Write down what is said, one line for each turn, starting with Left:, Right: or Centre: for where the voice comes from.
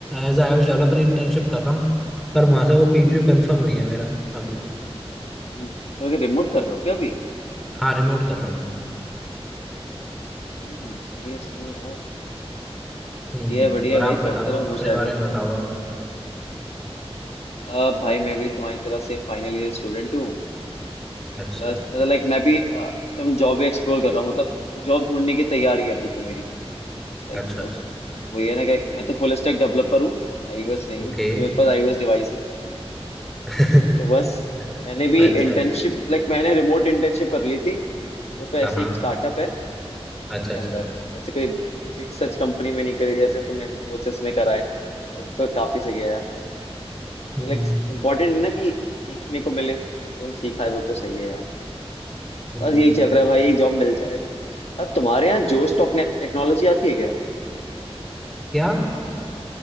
Centre: एज iOS डेवलपर इंटर्नशिप कर रहा हूँ पर वहां से वो पीपीयू कंफर्म नहीं है मेरा अभी
Left: हम्म, तो अगर रिमोट कर रहे हो क्या अभी
Centre: हाँ रिमोट कर रहा हूँ
Left: हम्म सही है सही है यार
Centre: हम्म
Left: बढ़िया है बढ़िया
Centre: और
Left: है भाई
Centre: आप
Left: करते
Centre: बताओ
Left: रहो हो
Centre: अपने
Left: जाएगा
Centre: बारे
Left: काम
Centre: में बताओ आप
Left: अब भाई मैं भी तुम्हारी तरह सेम फाइनल ईयर स्टूडेंट हूँ
Centre: अच्छा
Left: प्लस लाइक मैं भी अ, इस टाइम जॉब एक्सप्लोर कर रहा हूँ मतलब जॉब ढूंढने की तैयारी है अभी तो मेरी लाइक
Centre: अच्छा अच्छा
Left: वही है ना कि मैं तो फुल स्टैक डेवलपर हूँ आईओएस नहीं
Centre: ओके
Left: हूँ क्योंकि मेरे पास आईओएस डिवाइस ही नहीं है
Centre: <laughs>
Left: तो बस मैंने भी
Centre: अच्छा
Left: इंटर्नशिप
Centre: अच्छा
Left: लाइक मैंने रिमोट इंटर्नशिप कर ली थी वो तो ऐसे
Centre: हाँ हाँ
Left: ही एक स्टार्टअप है उसके
Centre: अच्छा अच्छा
Left: अंदर ऐसे कोई बिग सच कंपनी में नहीं करी जैसे तुम इन्फोसिस में कराए वो तो काफी सही है यार
Centre: हम्म
Left: लाइक इम्पोर्टेंट है ना कि सीखने को मिले तो तुम सीखा है वो तो सही है यार
Centre: हम्म।
Left: बस यही चल रहा है भाई जॉब मिल जाए अब तुम्हारे यहाँ जोश टेक्नोलॉजी आती है क्या
Centre: क्या